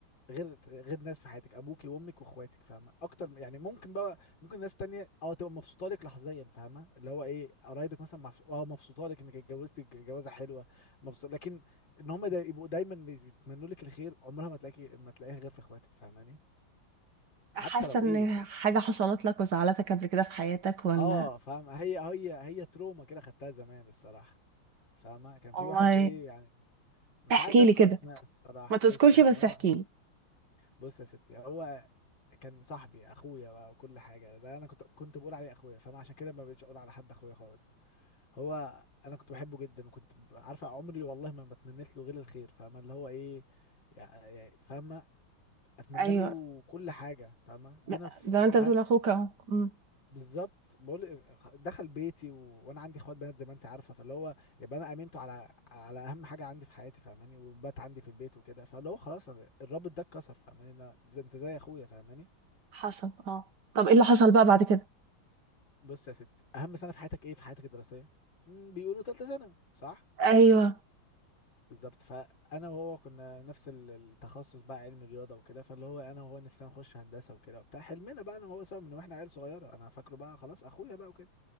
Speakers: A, on the left (about 60°); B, on the right (about 55°).
A: غير غير ناس في حياتك ابوكي وامك واخواتك فاهمه اكتر م- يعني ممكن بقى ممكن ناس تانية اه تبقى مبسوطه لك لحظيا فاهمه اللي هو ايه قرايبك مثلا مبس- اه مبسوطه لك انك اتجوزتي ج- جوازه حلوه مبسوط لكن ان هم دا يبقوا دايما بيتمنوا لك الخير عمرها ما تلاقي ما تلاقيها غير في اخواتك فاهماني حتى
B: حاسه
A: لو
B: ان
A: ايه لا.
B: حاجه حصلت لك وزعلتك قبل كده في حياتك ولا
A: اه فاهم هي هي هي تروما كده خدتها زمان الصراحه فاهمه كان في
B: والله
A: واحد ايه يعني مش
B: احكي
A: عايز اذكر
B: لي كده
A: اسماء الصراحه
B: ما تذكرش
A: بص يعني
B: بس
A: هو
B: احكي لي
A: بص يا ستي هو كان صاحبي اخويا بقى وكل حاجه ده انا كنت كنت بقول عليه اخويا فاهم عشان كده ما بقتش اقول على حد اخويا خالص هو انا كنت بحبه جدا وكنت ب- عارفه عمري والله ما بتمنيت له غير الخير فاهمه اللي هو ايه يع- يعني فاهمه اتمنى
B: ايوه
A: له كل حاجه فاهمه جينا
B: لا،
A: في
B: زي
A: س-
B: ما انت
A: فاهم
B: بتقول اخوك اهو أمم،
A: بالظبط بقول دخل بيتي و... وانا عندي اخوات بنات زي ما انت عارفه فاللي هو يبقى انا امنته على على اهم حاجه عندي في حياتي فاهماني وبات عندي في البيت وكده فاللي هو خلاص أنا الرابط ده اتكسر فاهماني لا زي انت زي اخويا فاهماني
B: حصل اه طب ايه اللي حصل بقى بعد كده
A: بص يا ستي اهم سنه في حياتك ايه في حياتك الدراسيه مم، بيقولوا ثالثه ثانوي صح
B: ايوه
A: بالظبط فانا وهو كنا نفس ال- التخصص بقى علم رياضه وكده فاللي هو انا وهو نفسنا نخش هندسه وكده وبتاع حلمنا بقى انا وهو سوا من واحنا عيال صغيره انا فاكره بقى خلاص اخويا بقى وكده